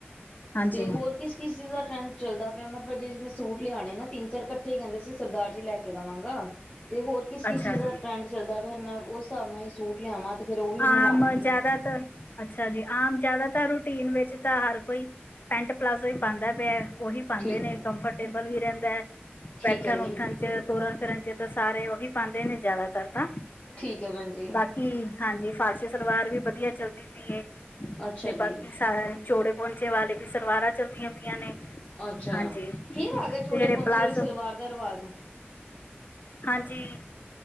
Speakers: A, on the left; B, on the left.
A: ਹਾਂਜੀ
B: ਤੇ ਹੋਰ ਕਿਸ ਕਿਸ ਚੀਜ਼ ਦਾ ਟਰੈਂਡ ਚੱਲਦਾ ਪਇਆ ਮੈਂ ਸੂਟ ਲਿਆਣੇ ਨੇ ਤਿੰਨ-ਚਾਰ ਇਕੱਠੇ ਕੈਂਦੇ ਸੀ ਸਰਦਾਰ ਜੀ ਲੈ ਕੇ ਦਵਾਂਗਾ। ਤੇ ਹੋਰ ਕਿਸ, ਕਿਸ
A: ਅੱਛਾ
B: ਚੀਜ਼ ਦਾ
A: ਜੀ
B: ਟਰੈਂਡ ਚੱਲਦਾ ਪਿਯੈ, ਫੇਰ ਮੈਂ ਓਸ ਸਾਬ ਨਾਲ ਈ ਸੂਟ ਲਿਆਵਾਂ। ਤੇ ਫੇਰ ਉਹ ਵੀ
A: ਹਾਂ,
B: ਬਣਵਾ
A: ਮ
B: ਲਾਂਗੀ।
A: ਜਾਦਾਤਰ ਅੱਛਾ ਜੀ, ਆਮ ਜਾਦਾਤਰ ਰੂਟੀਨ ਵਿੱਚ ਤਾ ਹਰ ਕੋਈ ਪੈਂਟ ਪਲਾਜ਼ੋ ਈ ਪਾਂਦਾ ਪਯੈ ਓਹੀ ਪਾਂਦੇ
B: ਠੀਕ,
A: ਨੇ, ਕੰਫਰਟੇਬਲ ਵੀ ਰੈਂਦੈ
B: ਠੀਕ
A: ਬੈਠਨ-ਉੱਠਨ
B: ਹੈ ਜੀ,
A: ਚ ਤੁਰਨ, ਫਿਰਨ ਚ ਤਾ ਸਾਰੇ ਓਹੀ ਪਾਂਦੇ ਨੇ ਜਾਦਾਤਰ ਤਾ,
B: ਠੀਕ ਹੈ ਭੈਣ ਜੀ,
A: ਬਾਕੀ ਹਾਂਜੀ, ਫ਼ਾਰਸੀ ਸਲਵਾਰ ਵੀ ਵਦੀਆ ਚੱਲਦੀ ਪਿਏ,
B: ਅੱਛਾ
A: ਤੇ
B: ਜੀ।
A: ਬਾਕੀ ਸਾ ਚੌੜੇ ਪੋਂਚੇ ਵਾਲੀ ਵੀ ਸਲਵਾਰਾ ਚੱਲਦੀਆਂ ਪਿਆਂ ਨੇ।
B: ਅੱਛਾ,
A: ਹਾਂਜੀ।
B: ਫੇਰ ਆ ਗਿਯਾ ਚੌੜੇ
A: ਤੇ ਜਿਹੜੇ
B: ਪੋਂਚੇ
A: ਪਲਾਜ਼ੋ
B: ਆਲੀ ਸਲਵਾਰ ਦਾ ਰਵਾਜ਼?
A: ਹਾਂਜੀ,